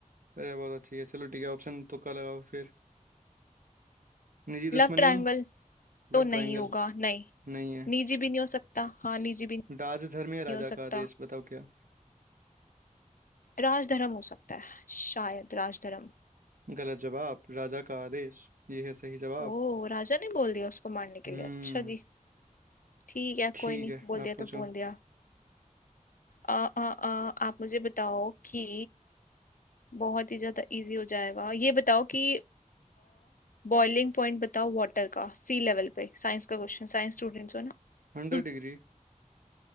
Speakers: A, on the right; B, on the left.
A: अरे बहुत अच्छी है चलो ठीक है ऑप्शन तुक्का लगाओ फिर निजी
B: लव
A: दुश्मनी
B: ट्रायंगल
A: लव
B: तो नहीं
A: ट्रायंगल,
B: होगा नहीं
A: नहीं है
B: निजी भी नहीं हो सकता हाँ निजी भी
A: राजधर्म
B: नहीं
A: या राजा
B: हो
A: का
B: सकता
A: आदेश बताओ क्या
B: राजधर्म हो सकता है शायद राजधर्म
A: गलत जवाब राजा का आदेश ये है सही जवाब
B: ओ राजा ने बोल दिया उसको मारने के
A: हम्म
B: लिए अच्छा जी ठीक है
A: ठीक
B: कोई नहीं
A: है
B: बोल
A: आप
B: दिया
A: पूछो
B: तो बोल दिया अ, अ, अ, आप मुझे बताओ कि बहुत ही ज्यादा इजी हो जाएगा ये बताओ कि बॉइलिंग पॉइंट बताओ वाटर का सी लेवल पे साइंस का क्वेश्चन साइंस स्टूडेंट्स हो ना
A: हंड्रेड
B: हम्म,
A: डिग्री